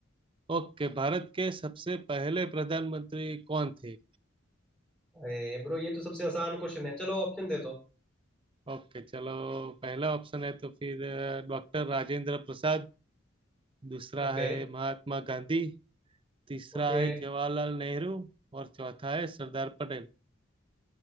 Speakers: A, on the right (about 25°); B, in the centre.
A: ओके भारत के सबसे पहले प्रधानमंत्री कौन थे
B: अरे ब्रो ये तो सबसे आसान क्वेश्चन है चलो ऑप्शन दे दो
A: ओके चलो पहला ऑप्शन है तो फिर डॉक्टर राजेंद्र प्रसाद दूसरा
B: ओके
A: है महात्मा गांधी तीसरा
B: ओके
A: है जवाहरलाल नेहरू और चौथा है सरदार पटेल